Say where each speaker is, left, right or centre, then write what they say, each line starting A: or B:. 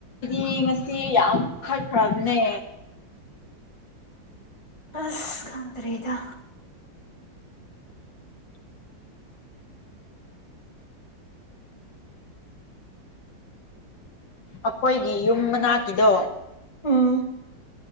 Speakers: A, on the left; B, on the left.
A: ꯗꯤ ꯉꯁꯤ ꯌꯥꯝ ꯈꯠꯈ꯭ꯔꯝꯅꯦ
B: ꯑꯁ ꯈꯪꯗ꯭ꯔꯦꯗ
A: ꯑꯈꯣꯏꯒꯤ ꯌꯨꯝ ꯃꯅꯥꯛꯀꯤꯗꯣ
B: ꯎꯝ